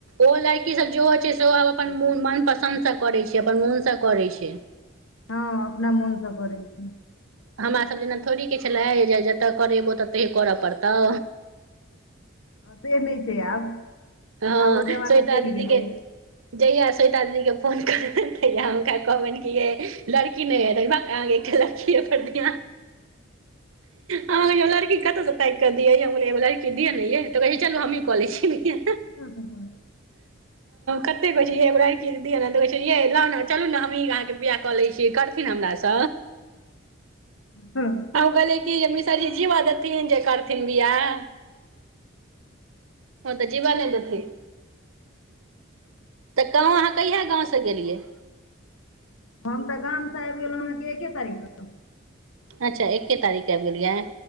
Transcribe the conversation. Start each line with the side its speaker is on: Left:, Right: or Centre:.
Right: ओ लड़की सब जेो हो छै सेहो अपनन मनपसन्दसँ करै छै अपन मोनसँ करै छै
Left: हँ अपना मोनसँ करैत छै
Right: हमरा सब जेना थोड़े के छलै जे जतऽ करेबौ तत करऽ पड़तौ
Left: तऽ नहि छै आब
Right: हँ
Left: आब ओ जमाना
Right: शवेतादीदी
Left: चलि गेलै
Right: के जहिया शवेता ददी के फोन कर तैया हुनका कहबैकनलड़की कि नहि त लखीए फरद हमरागो लड़की कतऽसँ तैक कऽ दियै हमलो एगो लड़की दअऽ ने य तऽै चलु हमहीकऽ लै छीयै
Left: ह ह ह
Right: कते बजेय है दीदी तऽ कहै छै ये ल चलु ने हमही अहाँके बियाह कऽ ले छियै करथिन हमरास
Left: हँ
Right: कहलिखीनकि मिसरजी जीवा देथिन जे करथिन बिआह हँ तऽ जिव नै दथिन तऽ कहँ अहाँ कहिया गाँव से गेलियै
Left: हम तऽ गामसँ आबि गेलहुँ अहाँके एक्े तारीखके
Right: अच्छा एके तारीखकेबलिया